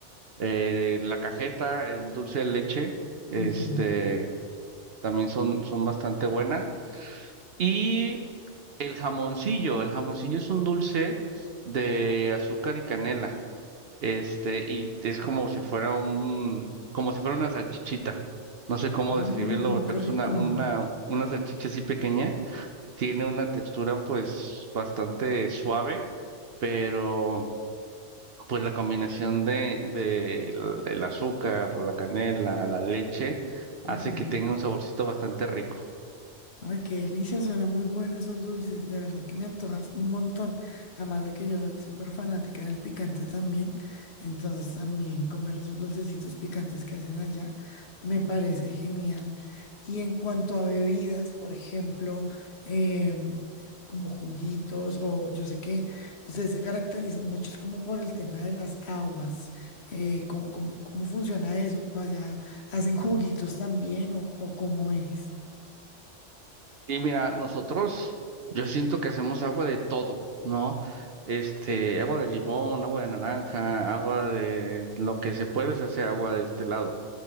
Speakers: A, on the right; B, on the left.
A: eh, la cajeta, el dulce de leche, este,
B: ujú.
A: también son, son bastante buenas. Y el jamoncillo, el jamoncillo es un dulce de azúcar y canela, este, y es como si fuera un, como si fuera una salchichita. No sé cómo
B: Mm,
A: describirlo, güey, pero
B: qué rico.
A: es una, una, una salchicha así pequeña. Tiene una textura, pues, bastante suave, pero, pues, la combinación de, de el el azúcar, la canela, la leche, hace
B: Ujú.
A: que tenga un saborcito bastante rico.
B: Ay, qué delicia, suena muy bueno esos dulces, de verdad que me antojas un montón. Además de que yo soy súper fanática del picante también, entonces también comer esos dulcecitos picantes que hacen allá me parece genial. Y en cuanto a bebidas, por ejemplo, em, como juguitos o yo sé que ustedes se caracterizan muchos como por el tema de las aguas. eh, ¿cómo, cómo- cómo funciona eso? ¿Allá hacen juguitos también o, o cómo es?
A: Y mira, nosotros, yo siento que hacemos agua de todo, ¿no? Este, agua de limón, agua de naranja, agua de lo que se puede, se hace agua de este lado.